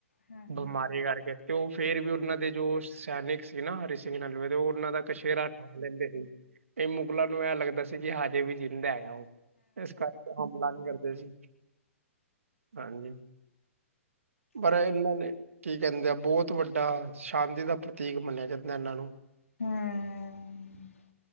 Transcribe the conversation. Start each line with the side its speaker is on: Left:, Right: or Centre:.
Left: ਹੂੰ
Right: ਬਿਮਾਰੀ
Left: ਹੂੰ ਹੂੰ
Right: ਕਰਕੇ ਤੇ ਓ ਫੇਰ ਵੀ ਓਨਾਂ ਦੇ ਜੋ ਸੈਨਿਕ ਸੀ ਨਾ ਹਰੀ ਸਿੰਘ ਨਲਵੇ ਦੇ ਓ ਉਨਾਂ ਦਾ ਕਛੈਰਾ ਟਂਗ ਲੈਂਦੇ ਸੀ ਤੇ ਮੁਗਲਾਂ ਨੂੰ ਐ ਲੱਗਦਾ ਸੀ ਕੀ ਹਜੇ ਵੀ ਜਿੰਦਾ ਹੈਗਾ ਓ ਏਸ ਕਰਕੇ ਹਮਲਾ ਨੀ ਕਰਦੇ ਸੀ, ਹਾਂਜੀ ਪਰ ਏਨਾਂ ਨੇ ਕੀ ਕੈਂਦੇ ਆ ਬੋਤ ਵੱਡਾ ਸ਼ਾਂਤੀ ਦਾ ਪ੍ਰਤੀਕ ਮੰਨਿਆ ਜਾਂਦੈ ਏਨਾਂ ਨੂੰ
Left: ਹਮ